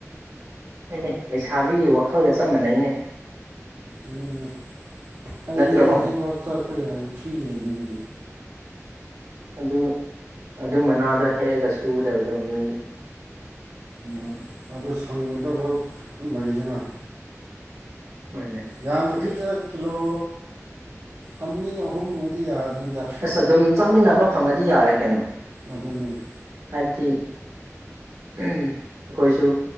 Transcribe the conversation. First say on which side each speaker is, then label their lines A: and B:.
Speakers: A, on the right (about 65°); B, on the right (about 85°).
A: ꯐꯩꯅꯦ ꯂꯩꯁꯥꯕꯤꯒꯤ ꯋꯥꯈꯜꯒ ꯆꯞ ꯃꯥꯟꯅꯩꯅꯦ
B: ꯑꯗꯨꯅꯦ ꯑꯩꯗꯤ
A: ꯅꯠꯇ꯭ꯔꯣ
B: ꯉꯁꯤꯐꯥꯎ ꯆꯠꯄ ꯌꯥꯏꯅꯦ ꯐ꯭ꯔꯤ ꯂꯩꯅꯦ ꯑꯩꯗꯤ
A: ꯑꯗꯨ ꯑꯗꯨ ꯃꯅꯥꯗꯣ ꯍꯦꯛꯑꯒ ꯁꯨꯒꯗꯕꯗꯣ ꯃꯤꯅꯤ
B: ꯎꯝ ꯑꯗꯨ ꯁꯪꯒꯗꯕ ꯂꯩꯗꯅ
A: ꯍꯣꯏꯅꯦ
B: ꯌꯥꯝꯗꯕꯤꯗ
A: ꯑꯗꯨ
B: ꯀꯤꯂꯣ ꯑꯅꯤ ꯑꯍꯨꯝ ꯑꯣꯏꯗꯤ ꯌꯥꯔꯅꯤꯗ
A: ꯑꯁ ꯑꯗꯨꯝ ꯆꯥꯃꯤꯟꯅꯕ ꯐꯪꯉꯗꯤ ꯌꯥꯔꯦ ꯀꯩꯅꯣ
B: ꯑꯗꯨꯅꯦ
A: ꯍꯥꯏꯕꯗꯤ ꯎꯝ ꯑꯈꯣꯏꯁꯨ